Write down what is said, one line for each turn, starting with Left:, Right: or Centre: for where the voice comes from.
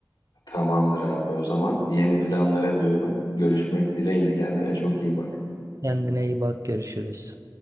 Left: Tamamdır abi o zaman. Yeni planlara diyorum. Görüşmek dileğiyle kendine çok iyi bak.
Right: Kendine iyi bak görüşürüz.